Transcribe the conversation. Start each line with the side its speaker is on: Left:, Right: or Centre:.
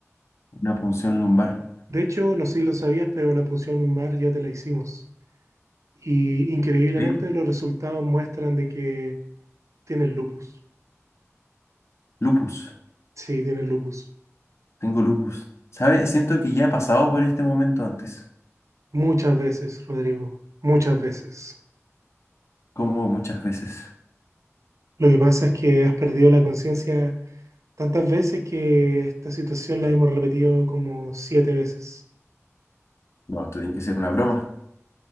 Left: una punción lumbar.
Right: De hecho, no sé si lo sabías, pero la punción lumbar ya te la hicimos. Y increíblemente
Left: ¿Eh?
Right: los resultados muestran de que tienes lupus.
Left: Lupus,
Right: Sí, tienes lupus.
Left: tengo lupus. ¿Sabe? Siento que ya he pasado por este momento antes,
Right: Muchas veces, Rodrigo. Muchas veces.
Left: como muchas veces.
Right: Lo que pasa es que has perdido la conciencia tantas veces que esta situación la hemos repetido como siete veces.
Left: No, esto tiene que ser una broma.